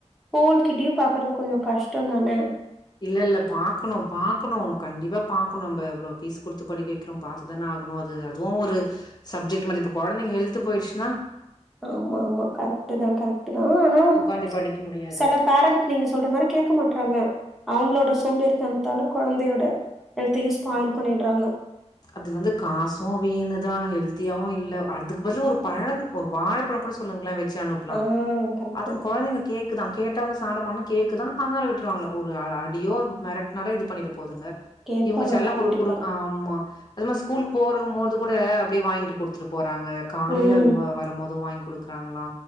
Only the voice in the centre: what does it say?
ஸ்கூல் கிட்டியு பாக்கறது கொஞ்சோ கஷ்டந்தான
ஆமா ஆமா கரெக்டு தா கரெக்ட் தா ஆனா இம்
செல பேரண் நீங்க சொல்ற மாரி கேக்க மாட்றாங்க அவுங்ளோட சோம்பேரி தனத்தால கொழந்தையோட எல்த்தையு ஸ்பாயில்
பண்ணிட்றாங்க
ஆ கரெக்ட்
கேப்பாங்க
கண்டிப்பா
ம்